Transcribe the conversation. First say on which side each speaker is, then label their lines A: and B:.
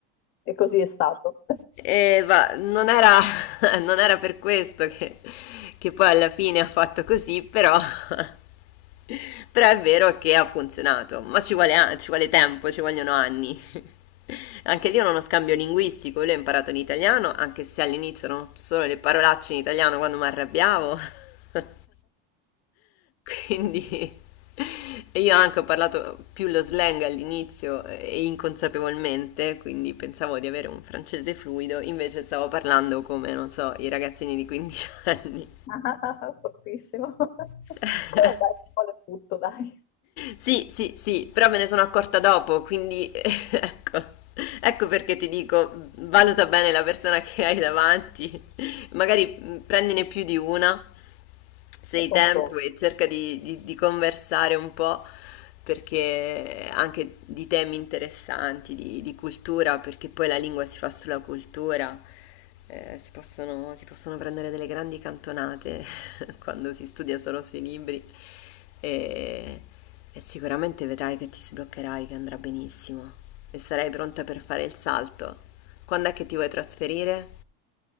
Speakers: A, on the left; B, on the left.
A: E così è stato.
B: E va, non era, <laughs> non era per questo che, che poi alla fine ha fatto così, però, <laughs> però è vero che ha funzionato, ma ci vuole, a- ci vuole tempo, ci vogliono anni. <laughs> Anche lì è uno scambio linguistico, lui ha imparato l'italiano, anche se all'inizio erano solo le parolacce in italiano quando mi arrabbiavo. <laughs> Quindi <laughs> e io anche ho parlato più lo slang all'inizio eh, e inconsapevolmente, quindi pensavo di avere un francese fluido, invece stavo parlando come, non so, i ragazzini di 15 anni.
A: <laughs> Fortissimo.
B: <laughs>
A: Allora dai, ci vuole tutto, dai,
B: Sì, sì, sì, però me ne sono accorta dopo, quindi <laughs> ecco, ecco perché ti dico, valuta bene la persona che hai davanti. magari mh, prendine più di una, se hai
A: e
B: tempo
A: confronto.
B: e cerca di, di- di conversare un po', perché anche di temi interessanti, di, di cultura, perché poi la lingua si fa sulla cultura, eh, si possono, si possono prendere delle grandi cantonate <laughs> quando si studia solo sui libri e, e sicuramente vedrai che ti sbloccherai, che andrà benissimo e sarai pronta per fare il salto. Quando è che ti vuoi trasferire?